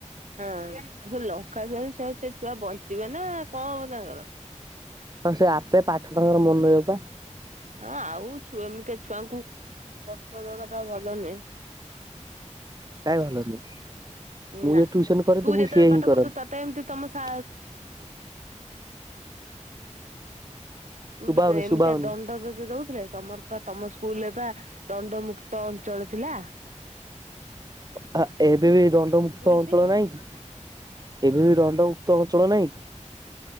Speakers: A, on the right; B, on the right.
A: ହଁ ସେ ଲଙ୍କଧୁଆ ସେ ଛୁଆ ବଞ୍ଚିବେ ନା କଣ ହବ ତାଙ୍କର?
B: ହଁ ସେ ଆପେ ପାଠ ତାଙ୍କର ମନ ରହିବ ପା।
A: ହଁ ଆଉ ଏମିତି ଛୁଆଙ୍କୁ କଷ୍ଟ ଦବା ଟା ଭଲ ନୁହେଁ।
B: କାଇ ଭଲ ନୁହଁ? ମୁଁ
A: ନା।
B: ଯଦି ଟ୍ୟୁସନ କରେ
A: ତୁ
B: ତ
A: ଯେତେବେଳେ
B: ମୁଁ ସିଏୟା
A: ପାଠ
B: ହିଁ
A: ପଢୁଥିଲୁ
B: କରନ୍ତି।
A: ତତେ ଏମିତି ତମ ସା ତୁ
B: ଶୁଭା
A: ଯୋଉ
B: ହଉନି
A: ଏମିତି
B: ଶୁଭା ହଉନି
A: ଦଣ୍ଡ ଦଉଥିଲେ ତମର ତମ ସ୍କୁଲରେପା ଦଣ୍ଡମୁକ୍ତ ଅଞ୍ଚଳ ଥିଲା।
B: ଆ ଏବେ ବି ଦଣ୍ଡମୁକ୍ତ
A: <unintelligible>
B: ଅଞ୍ଚଳ
A: ହଁ
B: ନାହିଁ କି ଏବେ ବି ଦଣ୍ଡମୁକ୍ତ ଅଞ୍ଚଳ ନାହିଁ କି?